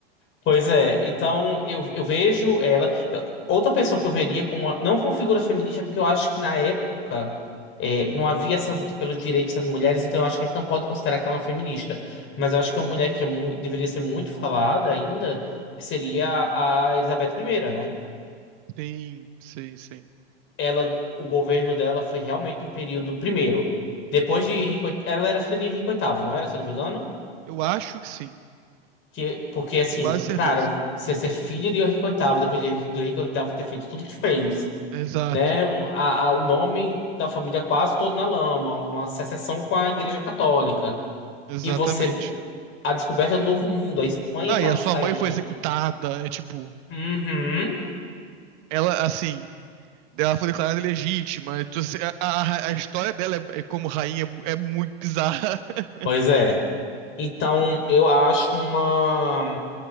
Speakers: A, on the left; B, on the right.
A: Pois é, então eu, eu vejo ela. eu- outra pessoa que eu veria como. uma- não como figura feminista, é porque eu acho que na época é, não havia essa luta pelos direitos das mulheres, então eu acho que a gente não pode considerar que ela é uma feminista. Mas eu acho que uma mulher que é mu- deveria ser muito falada ainda seria a Elizabeth primeira né?
B: Sim, sim, sim.
A: ela, o governo dela foi realmente um período. Primeiro, depois de Henrique, VIII ela era filha de Henrique VIII, não era, se eu não me engano?
B: Eu acho que sim,
A: Que, porque, assim,
B: tenho quase certeza.
A: cara, você ser filha de Henrique VIII, depois de, do Henrique VIII ter feito tudo que fez,
B: Exato,
A: né? A, a- o nome da família quase todo na lama, uma secessão com a Igreja Católica.
B: exatamente.
A: E você, a descoberta do Novo Mundo, a Espanha
B: Não,
A: estava
B: e a sua
A: saindo.
B: mãe foi executada, é tipo,
A: Uhum.
B: ela assim, Ela foi declarada ilegítima. Então, assim, A, a- a história dela é- é como rainha é mu- é muito bizarra. <laughs>
A: Pois é. Então, eu acho uma.